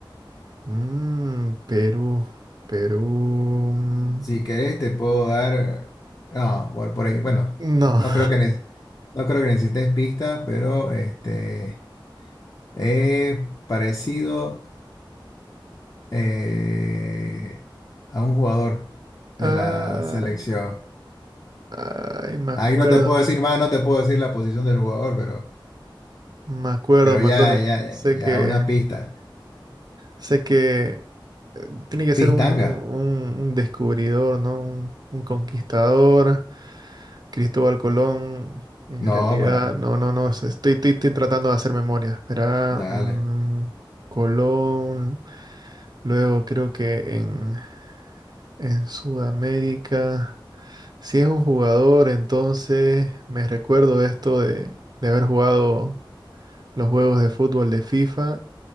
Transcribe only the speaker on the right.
Mm, Perú. Perú. mm,
No.
<sighs>
Ah,
ay, me acuerdo.
Me acuerdo,
me
acuerdo.
Sé que,
sé que eh, tiene que
ser un, un- un- un descubridor, ¿no? Un, un conquistador. Cristóbal Colón, en
realidad,
no, no, no, se- estoy, estoy, estoy tratando de hacer memoria. Espera,
mm, Colón, luego creo que en, en Sudamérica, si es un jugador, entonces me recuerdo esto de, de haber jugado los juegos de fútbol de FIFA